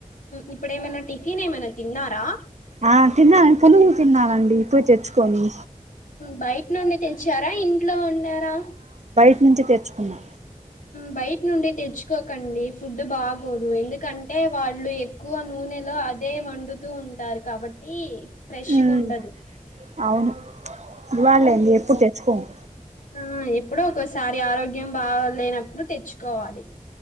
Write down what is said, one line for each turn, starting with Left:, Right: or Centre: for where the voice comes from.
Left: ఇప్పుడేమైనా టిఫిన్ ఏమైనా తిన్నారా
Right: ఆ తిన్నానండి పునుకులు తిన్నానండి ఇప్పుడే తెచ్చుకొని
Left: బయట నుండి తెచ్చారా ఇంట్లో ఉన్నారా
Right: మంచిే చన్నా
Left: బయట నుండి తెచ్చుకోకండి ఫుడ్ బాగాోదు ఎందుకం అంటే వాళ్ళు ఎక్కువ నూనెలో అదే వండుతూ ఉంటారు కాబట్టి ఈ ఫ్రెష్గాండదు
Right: మ్మ్ అవును ఇవ్వాలాండి ఎప్పుడు తెచ్చుకోము
Left: హ ఎప్పుడో ఒక్కోసారి ఆరోగ్యం బాగాలేనప్పుడు తెచ్చు కోవడి